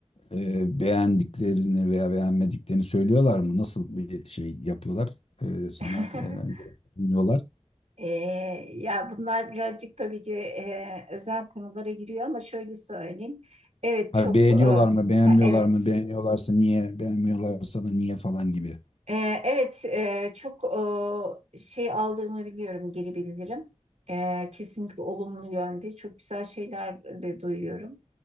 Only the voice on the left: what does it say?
e, beğendiklerini veya beğenmediklerini söylüyorlar mı? Nasıl bir şey yapıyorlar? E, sana
e, dinliyorlar.
Ha,
beğeniyorlar
mı, beğenmiyorlar
mı? Beğeniyorlarsa niye, beğenmiyorlarsa da niye falan gibi.